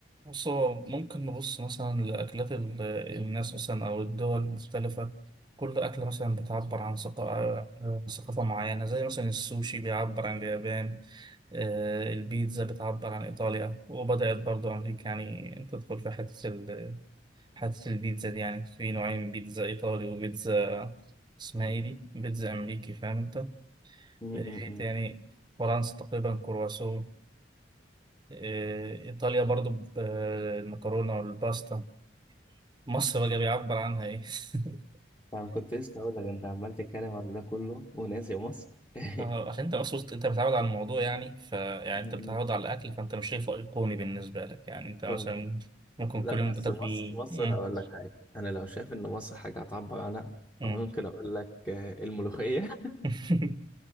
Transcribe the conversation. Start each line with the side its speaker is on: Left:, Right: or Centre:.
Right: بص هو ممكن نبص مثلا لأكلات ال- الناس مثلا أو الدول المختلفة كل أكلة مثلا بتعبر عن ثقا- عن ثقافة معينة زي مثلا السوشي بيعبر عن اليابان آه، البيتزا بتعبر عن إيطاليا وبدأت برضو أمريكا يعني تدخل في حتة ال- حتة البيتزا دي يعني في نوعين بيتزا إيطالي وبيتزا اسمها إيه دي بيتزا أمريكي فاهم أنت آه،
Left: امم
Right: إيه تاني فرنسا تقريبا كرواسون آه، إيطاليا برضو ب- آه، المكرونة والباستا مصر بقى بيعبر عنها ايه <laughs>
Left: انا كنت لسه هقول لك انت عمال تتكلم على ده كله وناسي مصر <laughs>
Right: آه، عشان انت مصر انت بتتعود على الموضوع يعني ف يعني
Left: م-م.
Right: انت بتتعود على الاكل فانت مش شايفه ايقوني بالنسبه لك يعني انت مثلا
Left: طب،
Right: ممكن
Left: لا
Right: كل يوم
Left: بس
Right: بتاكل
Left: مصر
Right: إيه؟
Left: مصر
Right: مم،
Left: هقول لك حاجه انا لو شايف ان مصر حاجه هتعبر عنها
Right: مم.
Left: فممكن اقول لك آه، الملوخيه
Right: <laughs>